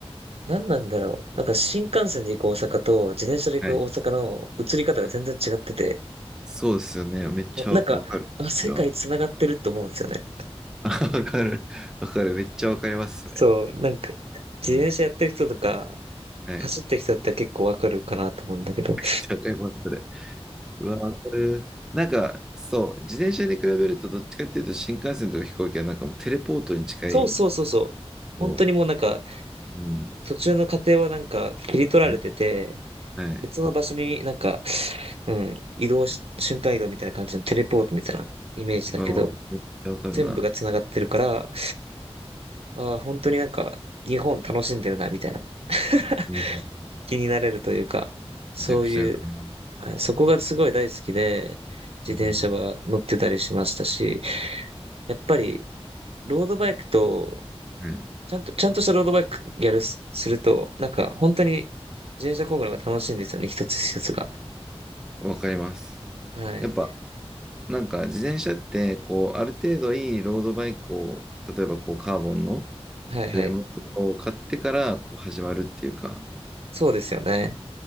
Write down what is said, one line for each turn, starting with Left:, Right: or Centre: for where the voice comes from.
Right: なんなんだろう。なんか新幹線で行く大阪と自転車で行く大阪の移り方が全然違ってて、
Centre: はい。はいそうですよね。めっちゃわかわかる。
Right: なんか、あ、世界繋がってると思うんですよね。
Centre: それはわかる。わかる。めっちゃわかります、それ。
Right: そう、なんか、自転車やってる人とか、
Centre: うん。はい。
Right: 走ってる人って結構わかるかなと思うんだけど、
Centre: めっちゃわかります、それ。うわ、わかる。なんか、そう、自転車に比べると、どっちかっていうと、新幹線とか飛行機はなんかもうテレポートに近い。
Right: そうそうそうそう。
Centre: も
Right: 本当にもうなんか、
Centre: う、うん。
Right: 途中の過程はなんか切り取られてて、
Centre: はい。はい。
Right: 別の場所になんか、うん、移動し、瞬間移動みたいな感じのテレポートみたいなイメージだけど、
Centre: わめっちゃわかるな。
Right: 全部が繋がってるから、ああ、本当になんか、日本楽しんでるな、みたいな。<laughs>
Centre: うん。
Right: 気になれるというか、そういう、
Centre: めちゃくちゃわかります。
Right: はい、そこがすごい大好きで、自転車は乗ってたりしましたし、
Centre: うん。
Right: やっぱり、ロードバイクと
Centre: はい。
Right: ちゃんと、ちゃんとしたロードバイクやるす、すると、なんか、本当に自転車工具の方が楽しいんですよね、一つ一つが。
Centre: わかります。
Right: はい。
Centre: やっぱ、なんか、自転車って、こう、ある程度いいロードバイクを、例えばこう、カーボンの
Right: はいはい。
Centre: フレームを買ってから、こう、始まるっていうか、
Right: そうですよね。